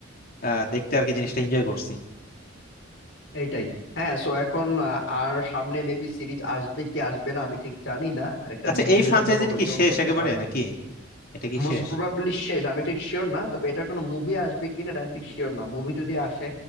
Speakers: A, on the left; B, on the left.
A: আহ দেখতে আর কি জিনিসটা এনজয় করছি
B: এইটাই হ্যাঁ সো এখন আহ, আর সামনে মেবি সিরিজ আসবে কি আসবে না আমি ঠিক জানি না একটা
A: আচ্ছা
B: মুভি
A: এই ফ্রাঞ্চাইজিটা
B: হয়তো বা হইলেও
A: কি শেষ
B: হইতে
A: একেবারে
B: পারে
A: নাকি এটা কি
B: মোস্ট
A: শেষ
B: প্রবাবলি শেষ আমি ঠিক শিওর না তবে এটা কোনো মুভি আসবে কিনা এটা আমি ঠিক শিওর না মুভি যদি আসে